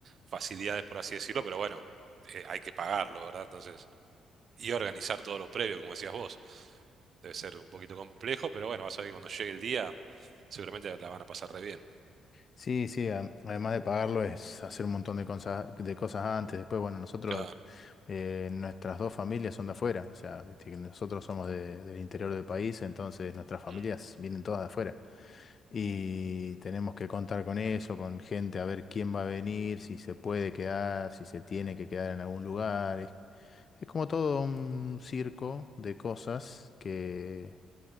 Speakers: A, on the right; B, on the left.
A: facilidades, por así decirlo, pero bueno, eh, hay que pagarlo, ¿verdad? Entonces. y organizar todo lo previo, como decías vos. Debe ser un poquito complejo, pero bueno, vas a ver que cuando llegue el día, seguramente la van a pasar re bien.
B: Sí, sí, a- además de pagarlo es hacer un montón de cosas, de cosas antes. Después, bueno, nosotros,
A: Claro.
B: eh, nuestras dos familias son de afuera, o sea, viste que nosotros somos de- del interior del país, entonces nuestras familias
A: Mm,
B: vienen todas de afuera. Y
A: mm.
B: tenemos que contar con eso, con gente, a ver quién va a venir, si se puede quedar, si se tiene que quedar en algún lugar. Es como todo un circo de cosas que